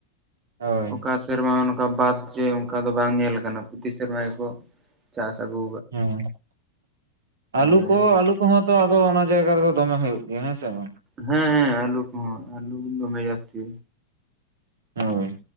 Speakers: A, on the right; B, on the right.
A: ᱦᱳᱭ
B: ᱚᱠᱟᱼᱼ ᱥᱮᱨᱢᱟ ᱱᱚᱠᱟ ᱵᱟᱫ ᱡᱮ ᱚᱝᱠᱟ ᱫᱚ ᱵᱟᱝ ᱧᱮᱞ ᱟᱠᱟᱱᱟ ᱯᱩᱛᱤ ᱥᱮᱨᱢᱟ ᱜᱮᱠᱚ ᱪᱟᱥ ᱟᱹᱜᱩᱼᱼ
A: ᱦᱮᱸ ᱟᱞᱩ
B: ᱦᱳᱭ
A: ᱠᱚ ᱟᱞᱩᱼᱼ ᱠᱚᱦᱚᱸ ᱛᱚ ᱟᱫᱚ ᱚᱱᱟ ᱡᱟᱭᱜᱟ ᱨᱮᱫᱚ ᱫᱚᱢᱮ ᱦᱳᱭᱳᱜ ᱜᱮᱭᱟ ᱦᱮᱸᱥᱮ ᱵᱟᱝ?
B: ᱦᱮᱸ ᱦᱮᱸ ᱟᱞᱩ ᱠᱚᱦᱚᱸ ᱟᱞᱩ ᱫᱚᱢᱮ ᱡᱟᱹᱥᱛᱤ᱾
A: ᱦᱳᱭ᱾